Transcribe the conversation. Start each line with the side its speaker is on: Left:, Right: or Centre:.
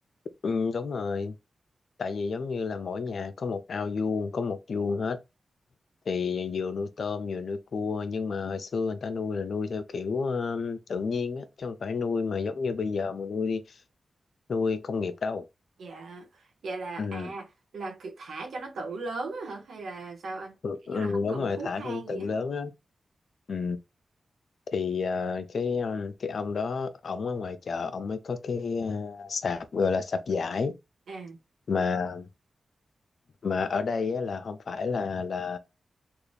Left: ừ, đúng rồi tại vì giống như là mỗi nhà có một ao vuông có một vuông hết thì vừa nuôi tôm vừa nuôi cua nhưng mà hồi xưa người ta nuôi là nuôi theo kiểu ờ, tự nhiên á chứ không phải nuôi mà giống như bây giờ mà nuôi đi nuôi công nghiệp đâu
Right: Dạ, vậy là,
Left: ừ,
Right: à, là kiểu thả cho nó tự lớn á hả? Hay là sao anh?
Left: ừ
Right: Kiểu
Left: ừ,
Right: như là không
Left: đúng
Right: cần
Left: rồi
Right: thuốc
Left: thả
Right: thang
Left: trong
Right: gì
Left: tự
Right: á
Left: lớn
Right: hả?
Left: á ừ. thì ờ, cái ờ, cái ông đó ổng ở ngoài chợ ổng mới có cái ờ, sạp gọi là sạp vải
Right: À,
Left: mà mà ở đây á, là không phải là là